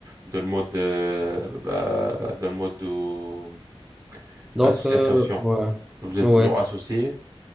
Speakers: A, on the right; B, in the centre.
A: dans le mode euh, ah, bah, bah, dans le mode euh,
B: Donc,
A: association?
B: euh, ouais.
A: Vous êtes
B: Ouais.
A: toujours associés?